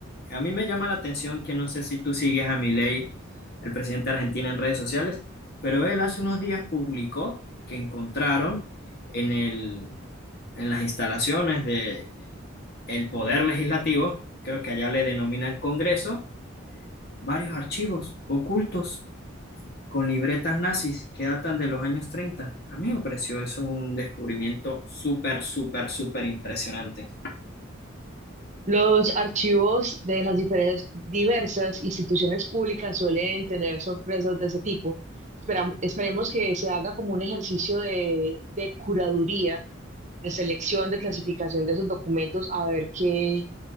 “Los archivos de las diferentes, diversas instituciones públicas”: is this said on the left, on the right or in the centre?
Right